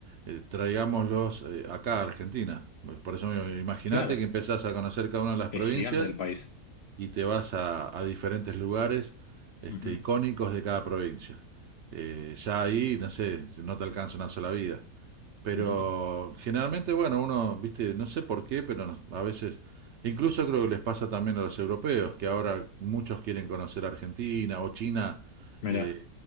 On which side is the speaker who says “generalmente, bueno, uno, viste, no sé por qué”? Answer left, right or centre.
Right